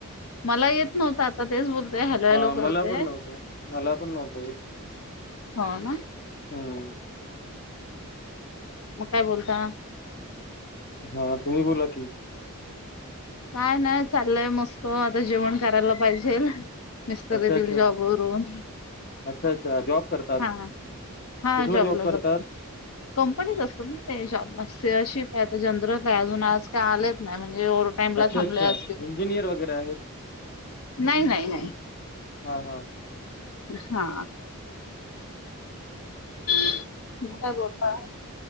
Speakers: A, on the left (about 75°); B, on the left (about 45°).
A: मला येत नव्हत आता तेच बोलते. हॅलो हॅलो
B: हा
A: करते.
B: मला पण नव्हतं मला पण नव्हतं येत
A: हो ना.
B: हम्म
A: मग काय बोलता?
B: हा. तुम्ही बोला की?
A: काय नाही चाललंय मस्त. आता जेवण करायला पाहिजेल. मिस्टर
B: अच्छा
A: येथील
B: अच्छा
A: जॉब वरून
B: अच्छा अच्छा जॉब करतात
A: हा. हा.
B: कुठला
A: जॉबला
B: जॉब करतात
A: जातात. कंपनीच असतात ना ते शॉपला ते शिप आहे ते जनरल आहे, अजून आज काय आलेच नाही म्हणजे टाइमला
B: अच्छा
A: थांबले
B: अच्छा.
A: असतील
B: इंजिनियर वगैरे आहेत?
A: नाही नाही नाही
B: हा हा.
A: हा. <inaudible> मग काय <unintelligible>